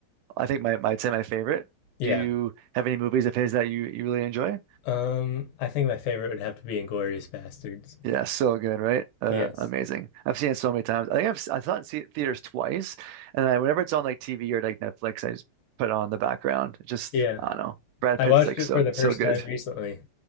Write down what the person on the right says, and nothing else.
I think my, my, I'd say my favorite.
Do you have any movies of his that you you really enjoy?
Yeah, so good, right? Uh,
amazing. I've seen it so many times. I think I've s- I saw it in the- theaters twice, and I whenever it's on like TV or like Netflix, I just put it on in the background. Just
I don't know. Brad
Pitt's
like
so
so good.